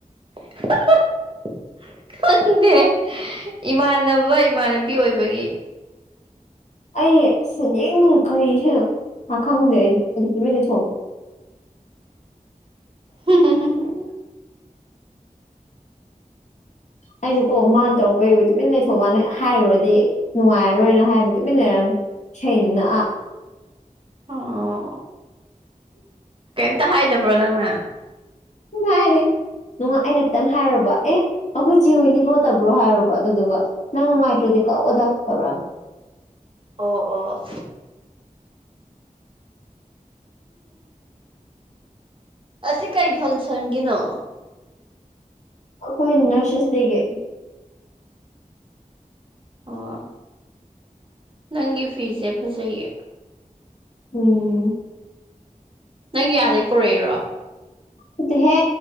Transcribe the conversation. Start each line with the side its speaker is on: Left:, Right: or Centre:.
Right: <unintelligible> ꯈꯪꯗꯦ ꯏꯃꯥꯟꯅꯕ ꯏꯃꯥꯟꯅꯕꯤ ꯑꯣꯏꯕꯒꯤ
Left: ꯑꯩ ꯐꯅꯦꯛ ꯀꯔꯤꯁꯅꯣ ꯈꯪꯗꯦ ꯑꯩꯁꯨ ꯑꯗꯨ ꯇꯨꯃꯤꯟꯅ ꯊꯣꯡꯉꯦ
Right: ꯎꯝ
Left: ꯑꯩꯁꯨ ꯀꯣ ꯃꯥꯅ ꯇꯧꯔꯛꯄꯩꯕ ꯇꯨꯃꯤꯟ ꯂꯩꯊꯣꯛꯕꯅ ꯍꯥꯏꯔꯨꯔꯗꯤ ꯅꯨꯡꯉꯥꯏꯔꯣꯏꯅ ꯍꯥꯏꯕꯗꯤ ꯇꯨꯃꯤꯟꯅꯔꯝ ꯁꯅꯤꯅ ꯑꯥ
Right: ꯑꯣ ꯀꯩꯝꯇ ꯍꯥꯏꯗꯕ꯭ꯔꯣ ꯅꯪꯅ
Left: ꯁꯨꯝ ꯍꯥꯏꯔꯤꯅꯨꯡ ꯑꯩꯅ ꯈꯤꯇꯪ ꯍꯥꯏꯨꯔꯕ ꯑꯦ ꯑꯩꯈꯣꯏ ꯆꯦ ꯍꯣꯏꯅꯤ ꯂꯣꯠꯇꯕ꯭ꯔꯣ ꯍꯥꯏꯔꯨꯕ ꯑꯗꯨꯗꯨꯒ ꯅꯪ ꯅꯨꯡꯉꯥꯏꯇ꯭ꯔꯗꯤ ꯀꯛꯑꯣꯗ ꯇꯧꯔꯛꯑꯒꯦ
Right: ꯑꯣ ꯑꯣ꯫ ꯑꯁꯤ ꯀꯔꯤ ꯐꯪꯁꯟꯒꯤꯅꯣ꯫
Left: ꯑꯩꯈꯣꯏ ꯅꯔꯁꯦꯁ ꯗꯦꯒꯤ꯫
Right: ꯑꯣ ꯅꯪꯒꯤ ꯐꯤꯁꯦ ꯐꯖꯩꯌꯦ꯫
Left: ꯎꯝ꯫
Right: ꯅꯪꯒꯤ ꯑꯥꯗꯩ ꯄꯨꯔꯛꯏꯔꯣ꯫
Left: ꯅꯠꯇꯦꯍꯦ